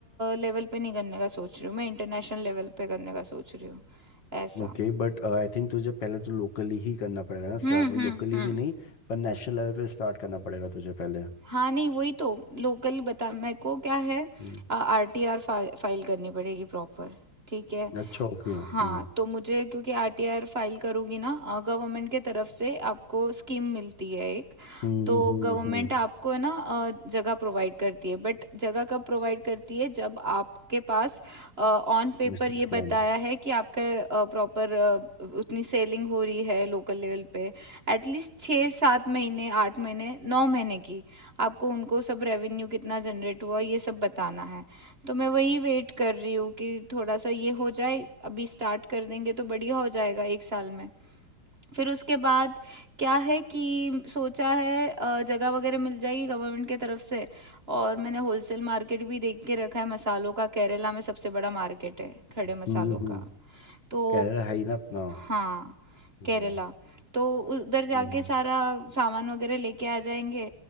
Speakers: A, on the right (about 35°); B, on the left (about 60°).
A: लेवल पे नहीं करने का सोच रही हूँ मैं इंटरनेशनल लेवल पे करने का सोच रही हूँ ऐसा
B: ओके बट आई थिंक तुझे पहले तो लोकली ही करना पड़ेगा ना
A: हम्म
B: स्टार्ट में
A: हम्म
B: लोकली
A: हम्म
B: भी नहीं पर नेशनल लेवल पे स्टार्ट करना पड़ेगा तुझे पहले
A: हाँ नहीं वही तो लोकल बता मेरे को क्या है
B: हम्म
A: आरटीआर फाइल करनी पड़ेगी प्रॉपर ठीक है
B: अच्छा ओके हम्म
A: हाँ तो मुझे क्योंकि आरटीआर फाइल करूँगी ना गवर्नमेंट के तरफ से आपको स्कीम मिलती है एक
B: हम्म
A: तो
B: हम्म
A: गवर्नमेंट
B: हम्म
A: आपको है ना अ, जगह प्रोवाइड करती है बट जगह कब प्रोवाइड करती है जब आपके पास ऑन पेपर
B: Business
A: ये
B: plan
A: बताया है कि आपका प्रॉपर उतनी सेलिंग हो रही है लोकल लेवल पे एटलीस्ट छः सात महीने आठ महीने नौ महीने की आपको उनको सब रेवेन्यू कितना जनरेट हुआ ये सब बताना है तो मैं वही वेट कर रही हूँ कि थोड़ा सा ये हो जाए अभी स्टार्ट कर देंगे तो बढ़िया हो जाएगा एक साल में फिर उसके बाद क्या है कि सोचा है अ, जगह वगैरह मिल जाएगी गवर्नमेंट के तरफ से और मैंने होलसेल मार्केट भी देख के रखा है मसालों का केरला में सबसे बड़ा मार्केट है खड़े
B: हम्म
A: मसालों
B: हम्म
A: का तो
B: कैरियर है ही ना अपना
A: हाँ
B: Yeah.
A: केरला तो उधर जाके
B: hmm
A: सारा सामान वगैरह लेके आ जाएंगे